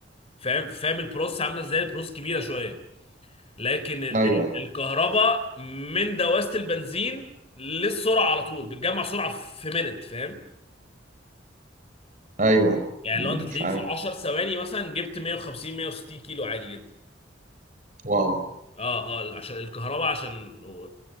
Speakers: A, on the left (about 35°); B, on the right (about 40°).
A: فاهم فاهم البروس عاملة ازاي البروس كبيرة شوية لكن ال-
B: ايوه
A: ال- الكهرباء من دواسة البنزين للسرعة على طول بتجمع سرعة في منت فاهم
B: ايوه
A: يعني
B: مش
A: لو انت تلاقيك
B: عارف
A: في 10 ثواني مثلا جبت 150 160 كيلو عادي جدا
B: واو
A: اه اه عشان الكهرباء عشان هو-